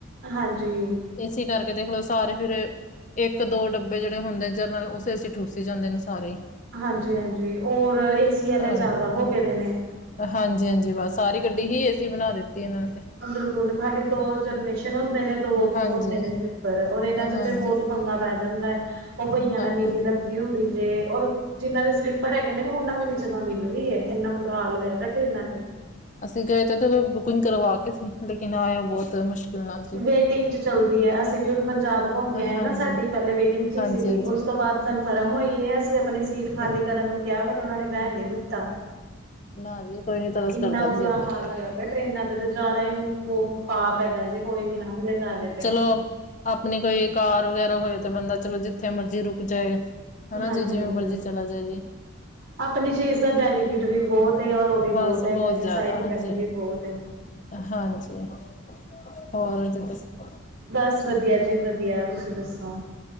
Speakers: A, on the right (about 85°); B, on the left (about 35°).
A: ਹਾਂਜੀ।
B: ਏਸੇ ਕੱਰਕੇ ਦੇਖਲੋ ਸਾਰੇ ਫੇਰ ਏਕ, ਦੋ ਡੱਬੇ ਜੇੜੇ ਹੁੰਦੇ ਜਰਨਲ, ਉਸੇ ਸੀ ਠੂਸੀ ਜਾਂਦੇ ਨੇ ਸਾਰੇ।
A: ਹਾਂਜੀ, ਹਾਂਜੀ ਔਰ ਏਸੀ ਆਲੇ
B: ਭਾਵੇਂ
A: ਜਾਦਾ ਹੋ ਗਏ ਦੇ ਨੇ।
B: ਹਾਂਜੀ- ਹਾਂਜੀ ਬੱਸ ਸਾਰੀ ਗੱਡੀ ਹੀ ਏਸੀ ਬਨਾ ਦਿੱਤੀ ਏਨਾਂ ਨੇ ਤੇ।
A: <unintelligible> ਖਾਲੀ ਦੋ ਜਰਨੇਸ਼ਨ ਹੋਂਦੇ ਨੇ। ਦੋ
B: ਹਾਂਜੀ
A: ਹੋਂਦੇ ਨੇ ਸਵੀਪਰ ਔਰ ਏਨਾਂ
B: ਹਾਂਜੀ
A: ਚ ਤੇ ਬੋਤ ਪੰਗਾ ਪੈ ਜਾਂਦਾ ਏ, ਓ ਬਈਆਂ
B: ਹਾਂ
A: ਨਾਲ
B: ਭੈਣ
A: <unintelligible> ਜੀ ਹੁੰਦੀ ਜੇ ਔਰ ਜਿਨਾਂ ਦੇ ਸਲੀਪਰ ਹੈਗੇ ਨੇ, ਓਨਾਂ ਵੀ ਨੀ ਜਗਾ ਮਿਲ ਰੀ ਏ। ਏਨਾਂ ਬੁਰਾ ਹਾਲ ਹੋਯੈ ਦਾ ਟਰੇਨਾਂ ਚ।
B: ਅਸੀ ਗਏ ਤੇ, ਤਾਂ ਬੁਕਿੰਗ ਕਰਵਾਕੇ ਸੀ, ਲੇਕਿਨ ਆਏਂ ਆ ਬੋਤ ਮੁਸ਼ਕਿਲ। ਨਾਲ ਜੀ
A: ਵੇਟਿੰਗ ਚ ਚੱਲਦੀ ਐ, ਅਸੀ ਵੀ ਹੁਨ ਪੰਜਾਬ ਘੁੰਮ ਕੇ ਆਏ
B: ਹਾਂਜੀ
A: ਨਾ, ਸਾਡੀ ਪੈਲੇ ਵੇਟਿੰਗ ਚ ਈ
B: ਹਾਂਜੀ
A: ਸੀਗੀ,
B: ਹਾਂਜੀ
A: ਓਸ ਉਸ ਤੋ ਬਾਦ ਕਨਫਰਮ ਹੋਈ ਏ, ਅਸੀ ਅਪਨੀ ਸੀਟ ਖਾਲੀ
B: ਠੀਕ
A: ਕਰਨ ਨੂੰ ਕਿਹਾ, ਬਟ ਓਨਾਂ ਨੇ ਬੈਨ ਨੀ ਦਿੱਤਾ।
B: ਨਾ ਜੀ ਕੋਈ ਨੀ ਤਰਸ
A: ਇੰਨਾ
B: ਕਰਦਾ
A: ਬੁਰਾ
B: ਜੀ ਏਦਾਂ
A: ਹਾਲ
B: ਤੇ
A: ਹੋਇਆ ਪਿਆ, ਟਰੇਨਾਂ ਤੇ ਤਾ ਜਾਣਾ ਈ ਬੋ ਪਾਪ <unintelligible> ਜੇ ਕੋਈ ਵੀ ਨਾ ਹਲੇ ਜਾਵੇ ਤੇ
B: ਅ ਆਪਨੀ ਕੋਈ ਕਾਰ ਵਗੈਰਾ ਹੋਏ, ਤੇ ਬੰਦਾ ਚਲੋ ਜਿੱਥੇ ਮਰਜ਼ੀ ਰੁਕ ਜਾਏ। ਹਨਾ
A: ਹਾਂਜੀ-ਹਾਂਜੀ
B: ਜੀ ਜਿਵੇਂ ਮਰਜ਼ੀ ਚਲਾ ਜਾਏ ਜੀ।
A: ਆਪਣੀ ਚੀਜ਼ ਦਾ ਬੈਨੀਫਿਟ ਵੀ ਬਹੁਤ ਏ, ਔਰ ਉਹ ਵੀ ਬਹੁਤ
B: ਬਸ
A: ਹੈਗਾ
B: ਜ਼ਿਆਦਾ
A: ਸਾਈਡ ਇਫੈਕਟ
B: ਹਾਂਜੀ
A: ਵੀ ਬਹੁਤ ਏ।
B: ਹਾਂਜੀ। ਹੋਰ ਜੀ ਦੱਸੋ
A: ਬਸ ਵਧੀਆ ਜੀ ਵਧੀਆ, ਤੁਸੀਂ ਦੱਸੋ?